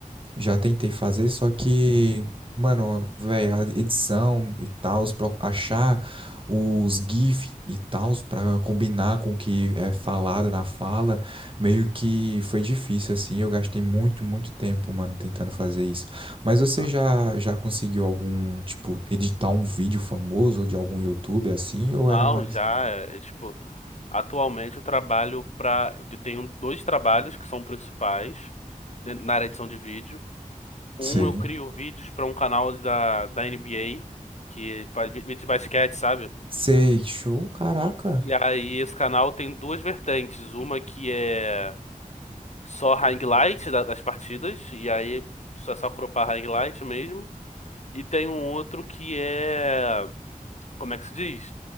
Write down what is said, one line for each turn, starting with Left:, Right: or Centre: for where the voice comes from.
Right: Já tentei fazer, só que, mano, velho, a edição e tal, achar os GIF e tal pra combinar com o que é falado na fala, meio que foi difícil, assim. Eu gastei muito, muito tempo, mano, tentando fazer isso. Mas você
Left: sei.
Right: já, já conseguiu algum, tipo, editar um vídeo famoso ou de algum YouTube assim? Ou
Left: Não,
Right: era mais.
Left: já, é, é, tipo, atualmente eu trabalho pra. Eu tenho dois trabalhos que são principais dentro- na área de edição de vídeo. Um,
Right: Sei.
Left: eu crio vídeos para um canal da, da NBA, que faz vi- vídeo de basquete, sabe?
Right: Sei, show, caraca.
Left: E aí esse canal tem duas vertentes. Uma que é só highlight da- das partidas, e aí só, só cropar highlight mesmo. E tem um outro que é. Como é que se diz?